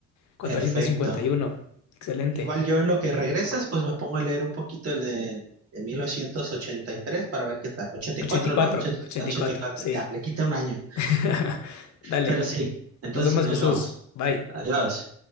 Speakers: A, on the left; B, on the right.
A: cuatrocientos
B: Perfecto.
A: cincuenta y uno Excelente.
B: Igual
A: ochenta
B: yo en lo que regresas, pues me pongo a leer un poquito el de, de 1983 para ver qué tal. ochenta
A: ochenta
B: y cuatro
A: y cuatro
B: ¿no? ochenta
A: ochenta
B: ochenta
A: y cuatro
B: y cuatro
A: sí.
B: ya, le quita un año.
A: <laughs> Dale,
B: Pero sí, entonces
A: nos vemos,
B: nos
A: Jesús.
B: vemos.
A: Bye.
B: Adiós.